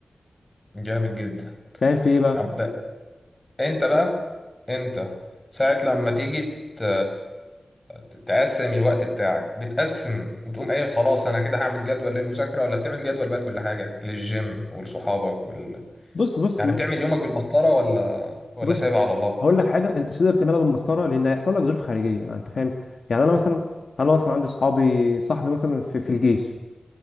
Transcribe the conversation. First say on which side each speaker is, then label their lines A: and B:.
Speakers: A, on the left; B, on the left.
A: جامد جدا
B: فاهم في ايه بقى
A: طب انت بقى انت ساعة لما تيجي ت- ت- تقسم الوقت بتاعك بتقسم وتقوم قايل خلاص انا كده هعمل جدول للمذاكرة ولا بتعمل جدول بقى لكل حاجة للجيم ولصحابك وال...
B: بص بص
A: يعني بتعمل يومك بالمسطرة ولا ولا
B: بص
A: سايبها على الله
B: هقول لك حاجه انت مش تقدر تعملها بالمسطره لان هيحصل لك ظروف خارجيه يعني انت فاهم يعني انا مثلا انا مثلا عندي صحابي صاحبي مثلا في, في الجيش